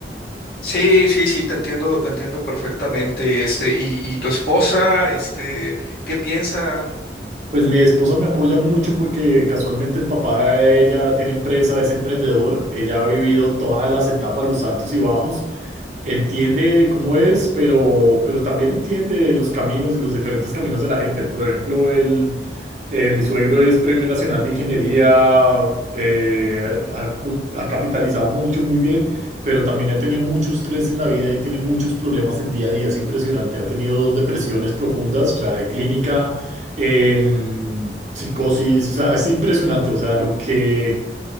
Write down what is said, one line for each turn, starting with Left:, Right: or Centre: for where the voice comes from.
Left: Sí, sí, sí, te entiendo, te entiendo perfectamente. Este, y, y tu esposa, este, ¿qué piensa?
Right: Pues mi esposa me apoya mucho porque casualmente el papá de ella tiene empresa, es emprendedor, ella ha vivido todas las etapas, los altos y bajos, entiende cómo es, pero, pero también entiende los caminos y los diferentes caminos de la gente. Por ejemplo, el, eh, mi suegro es Premio Nacional de Ingeniería, eh, ha, cu- ha capitalizado mucho, muy bien, pero también ha tenido mucho estrés en la vida y tiene muchos problemas el día a día, es impresionante, ha tenido dos depresiones profundas, o sea, de clínica em, psicosis, o sea, es impresionante, o sea, lo que,